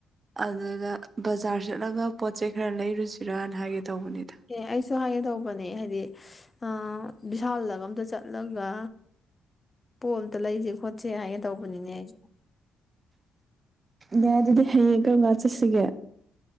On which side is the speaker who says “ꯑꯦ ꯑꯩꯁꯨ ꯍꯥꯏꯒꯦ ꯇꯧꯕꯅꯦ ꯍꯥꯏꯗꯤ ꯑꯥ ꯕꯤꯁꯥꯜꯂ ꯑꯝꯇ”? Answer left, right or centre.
Left